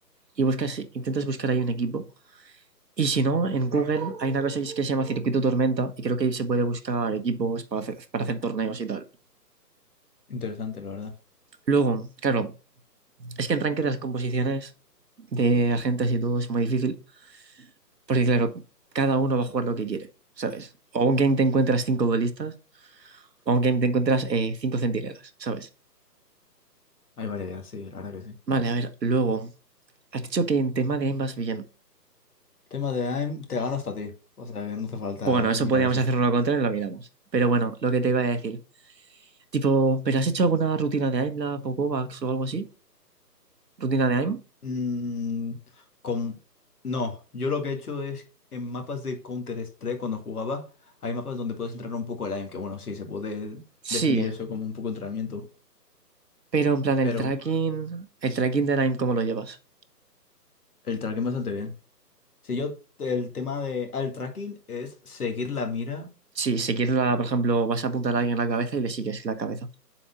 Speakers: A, on the right; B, on the left.
A: y buscas, intentas buscar ahí un equipo. Y si no, en Google hay una cosa que es- que se llama circuito tormenta y creo que ahí se puede buscar equipos para hacer, para hacer torneos y tal.
B: Interesante, la verdad.
A: Luego, claro, es que en ranking de las composiciones de agentes y todo es muy difícil porque, claro, cada uno va a jugar lo que quiere, ¿sabes? O un game te encuentras cinco duelistas o un game te encuentras eh, cinco centinelas, ¿sabes?
B: Hay variedad, sí, la verdad que sí.
A: Vale, a ver, luego, has dicho que en tema de aim vas bien.
B: Tema de AIM, te gano hasta a ti. O sea que no hace falta
A: Bueno, eso
B: mirar
A: podríamos
B: eso.
A: hacerlo lo contrario y lo miramos. Pero bueno, lo que te iba a decir. Tipo, ¿pero has hecho alguna rutina de AIM, la Popovax o algo así? ¿Rutina de AIM?
B: Mm, con... No, yo lo que he hecho es en mapas de Counter-Strike cuando jugaba, hay mapas donde puedes entrar un poco online, que bueno, sí, se puede
A: Sí,
B: definir eso como un poco entrenamiento,
A: pero en plan el
B: pero
A: tracking, el tracking del AIM, ¿cómo lo llevas?
B: el tracking bastante bien. Si yo, el tema de... al tracking es seguir la mira.
A: Sí, si quieres, la- por ejemplo, vas a apuntar a alguien en la cabeza y le sigues la cabeza,